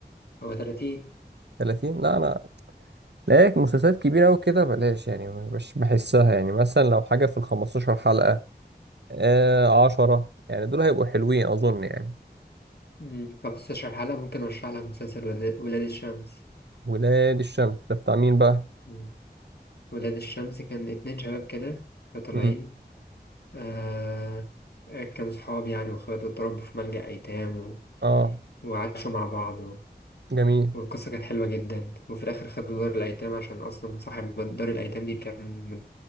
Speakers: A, on the left; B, on the right.
A: هو 30
B: 30 لا انا لايك مسلسلات كبيره قوي كده بلاش يعني مش بحسها يعني مثلا لو حاجه في ال 15 حلقه آه عشرة يعني دول هيبقوا حلوين أظن يعني
A: مم، 15 حلقة ممكن أرشح لك مسلسل ولاد ولاد الشمس
B: ولاد الشمس ده بتاع مين بقى؟
A: مم. ولاد الشمس كان اتنين شباب كده طالعين
B: مم.
A: آه... كانوا صحاب يعني وإخوات واتربوا في ملجأ أيتام و...
B: اه
A: وعاشوا مع بعض
B: جميل
A: والقصة كانت حلوة جدا وفي الآخر خدوا دار الأيتام عشان أصلا صاحب دار الأيتام دي كان